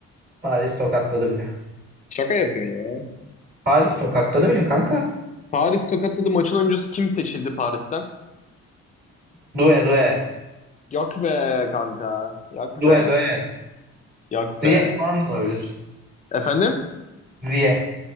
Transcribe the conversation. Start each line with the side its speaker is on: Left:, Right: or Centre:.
Right: Paris tokatladı bile.
Left: Şaka yapıyorsun ya.
Right: Paris tokatladı bile kanka.
Left: Paris tokatladı maçın oyuncusu kim seçildi Paris'ten?
Right: Due, due.
Left: Yak be kanka. Yak
Right: Due,
Left: be.
Right: due.
Left: Yak be.
Right: Ziyeh falan da olabilir.
Left: Efendim?
Right: Ziyeh.